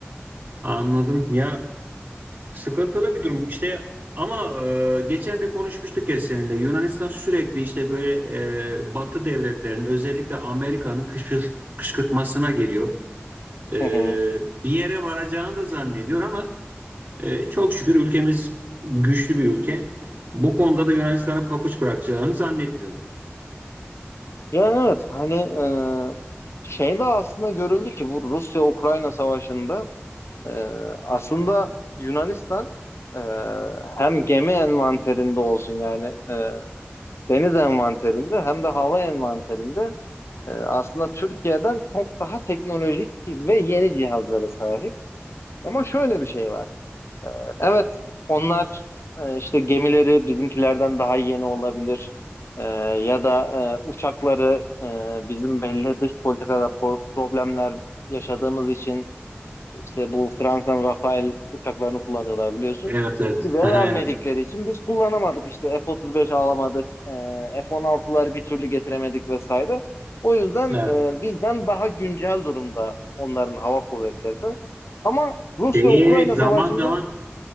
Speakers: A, on the right; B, on the left.
A: anladım. Ya Sıkıntılı bir durum. işte ama e, geçen de konuşmuştuk ya seninle. Yunanistan sürekli işte böyle e, Batı devletlerinin özellikle Amerika'nın kışkır- kışkırtmasına geliyor. E,
B: Hı hı.
A: bir yere varacağını da zannediyor ama e, çok şükür ülkemiz güçlü bir ülke. Bu konuda da Yunanistan'a papuç bırakacağını zannetmiyorum.
B: Yani evet hani e, şey de aslında görüldü ki bu Rusya-Ukrayna savaşında e, aslında Yunanistan e, hem gemi envanterinde olsun yani e, deniz envanterinde hem de hava envanterinde e, aslında Türkiye'den çok daha teknolojik ve yeni cihazlara sahip. Ama şöyle bir şey var. Evet, onlar e, işte gemileri bizimkilerden daha yeni olabilir. E, ya da e, uçakları e, bizim belli dış politikada pro- problemler yaşadığımız için işte bu Fransa'nın Rafael uçaklarını kullanıyorlar biliyorsun.
A: Evet evet.
B: Bize vermedikleri
A: Aha, Evet.
B: için biz kullanamadık işte F-35 alamadık, e, F-16'ları bir türlü getiremedik vesaire. O yüzden
A: Evet.
B: e, bizden daha güncel durumda onların hava kuvvetleri de. Ama Rusya-Ukrayna
A: Şeyi zaman
B: savaşında
A: zaman